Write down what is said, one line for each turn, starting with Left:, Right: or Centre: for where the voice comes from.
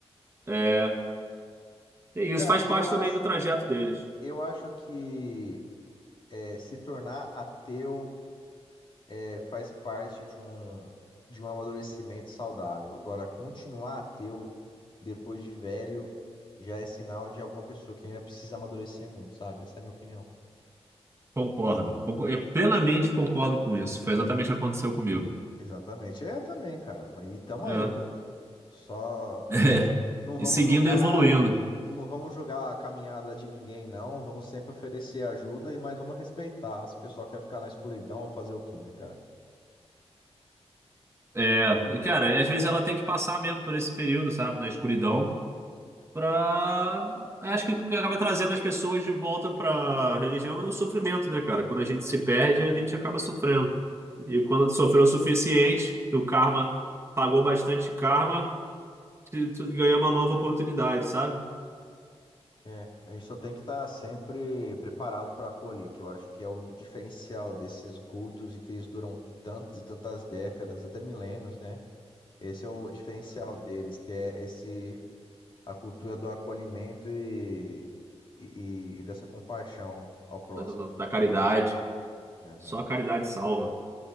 Right: É, E isso
Left: Cara,
Right: faz parte
Left: eu acho,
Right: também do trajeto deles.
Left: eu acho que é, se tornar ateu. é, faz parte de um, de um amadurecimento saudável. Agora, continuar ateu depois de velho já é sinal de alguma pessoa que ainda precisa amadurecer muito, sabe? Essa é a minha opinião.
Right: Concordo. Concor- Eu plenamente concordo com isso. Foi exatamente o que aconteceu comigo.
Left: Exatamente. Eu também, cara. Mas E tamo
Right: É.
Left: aí.
Right: <laughs>
Left: Só
Right: É.
Left: não vamos
Right: E seguindo
Left: julgar,
Right: e evoluindo.
Left: não vamos julgar a caminhada de ninguém, não. Vamos sempre oferecer ajuda e mas vamos respeitar. Se o pessoal quer ficar na escuridão, vou fazer o quê, né, cara?
Right: É, E, cara, e às vezes ela tem que passar mesmo por esse período, sabe, na escuridão, pra. Acho que o que acaba trazendo as pessoas de volta pra religião é o sofrimento, né, cara? Quando a gente se perde, a gente acaba sofrendo. E quando tu sofreu o suficiente, o karma pagou bastante karma, tu, tu ganha uma nova oportunidade, sabe?
Left: É, a gente só tem que estar sempre preparado para acolher, que eu acho que é o do diferencial desses cultos e que eles duram tantas e tantas décadas, até milênios, né? Esse é o diferencial deles, que é esse a cultura do acolhimento e, e, e dessa compaixão ao próximo.
Right: da, da caridade.
Left: né? Aham.
Right: Só a caridade salva.